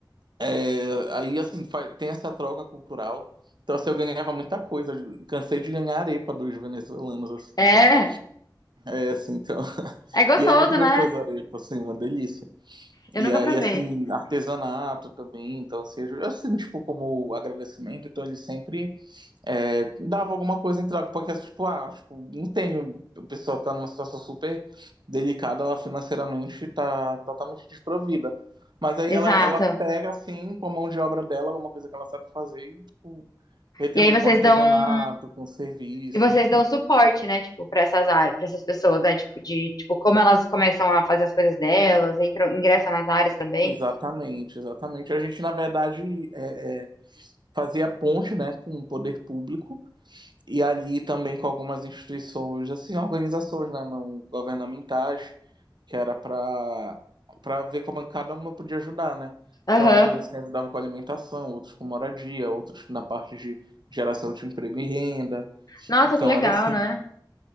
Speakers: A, on the right (about 70°); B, on the left (about 55°).
A: é, aí assim, fa- tem essa troca cultural. Então, assim, eu ganhava muita coisa. Cansei de ganhar arepa dos venezuelanos, assim.
B: É,
A: Então, é assim, então. <laughs>
B: é gostoso,
A: E é muito gostoso
B: né?
A: a arepa, assim, uma delícia.
B: Eu
A: E
B: nunca
A: aí,
B: provei.
A: assim, artesanato também. Então, assim, eu- assim, tipo, como agradecimento. Então, eles sempre é, dava alguma coisa em troca, porque, tipo, ah, tipo, não tem. o pessoal tá numa situação super delicada, ela financeiramente tá totalmente desprovida. Mas aí
B: Exato.
A: ela, ela pega, assim, com a mão de obra dela, alguma coisa que ela sabe fazer e, tipo, retribui
B: E aí vocês
A: com artesanato,
B: dão um
A: com serviço,
B: E vocês
A: enfim.
B: dão suporte, né, tipo, para essas áreas, para essas pessoas, né, tipo, de, tipo, como elas começam a fazer as coisas delas, entram, ingressam nas áreas também.
A: Exatamente, exatamente. A gente, na verdade, é, é, fazia ponte, né, com o poder público e ali também com algumas instituições, assim, organizações, né, não governamentais, que era para para ver como cada uma podia ajudar, né?
B: Aham.
A: Então, alguns assim, ajudavam com alimentação, outros com moradia, outros na parte de geração de emprego e renda.
B: Nossa,
A: Então,
B: que legal,
A: era assim.
B: né?